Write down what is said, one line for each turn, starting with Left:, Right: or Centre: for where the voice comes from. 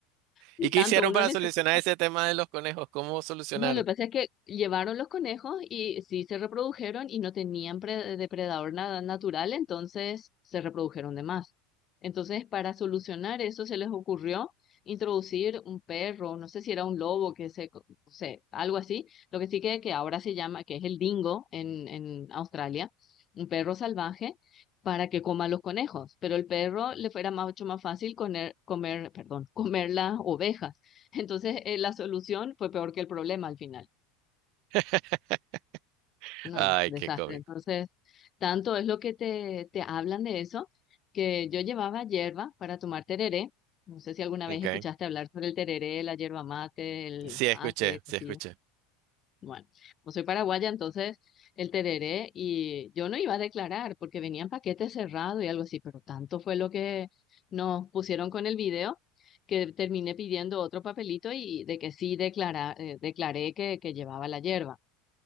Left: si
Right: ¿Y qué
Left: tanto
Right: hicieron
Left: uno
Right: para
Left: necesita.
Right: solucionar ese tema de los conejos? ¿Cómo solucionaron?
Left: No, lo que pasa es que llevaron los conejos y sí se reprodujeron y no tenían pre- depredador nada natural, entonces se reprodujeron de más. Entonces, para solucionar eso, se les ocurrió introducir un perro, no sé si era un lobo, que se, co- no sé, algo así. Lo que sí que, que ahora se llama, que es el dingo en, en Australia, un perro salvaje, para que coma los conejos. Pero el perro le fuera más- mucho más fácil comer, comer, perdón, comer las ovejas. Entonces, eh, la solución fue peor que el problema al final.
Right: <laughs>
Left: No,
Right: Ay,
Left: desastre.
Right: qué cómico.
Left: Entonces, tanto es lo que te, te hablan de eso, que yo llevaba hierba para tomar tereré. No sé si alguna vez
Right: Okay.
Left: escuchaste hablar sobre el tereré, la hierba mate, el
Right: Sí, escuché,
Left: mate, cocido.
Right: sí, escuché.
Left: Bueno, como soy paraguaya, entonces el tereré y yo no iba a declarar porque venía en paquete cerrado y algo así, pero tanto fue lo que nos pusieron con el video que terminé pidiendo otro papelito y de que sí declara, eh, declaré que, que llevaba la hierba.